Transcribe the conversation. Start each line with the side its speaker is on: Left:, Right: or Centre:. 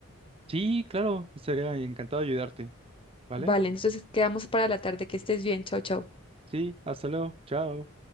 Right: Sí, claro, estaría encantado de ayudarte, ¿vale?
Left: Vale, entonces quedamos para la tarde. Que estés bien. Chao, chao.
Right: Sí, hasta luego, chao.